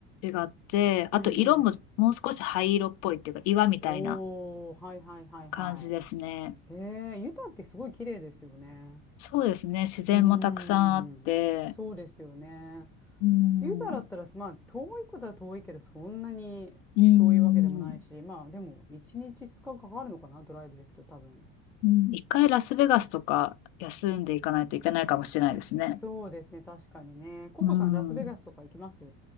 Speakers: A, on the left; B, in the centre.
A: って、
B: うんうん。
A: あと色ももう少し灰色っぽいっていうか岩みたいな
B: おー、はいはいはいはい。
A: 感じですね。
B: へえ、ユタってすごい綺麗ですよね。
A: そうですね。自然もたくさんあって、
B: うーん。そうですよね。
A: うん、
B: ユタだったら、まあ、遠いことは遠いけど、そんなに遠いわけでもないし、
A: うん。
B: まあ、でも、1日2日かかかるのかな、ドライブで行くと多分。
A: うん、一回ラスベガスとか休んでいかないといけないかもしれないですね。
B: そうですね、確かにね。ココさん、
A: うん。
B: ラスベガスとか行きます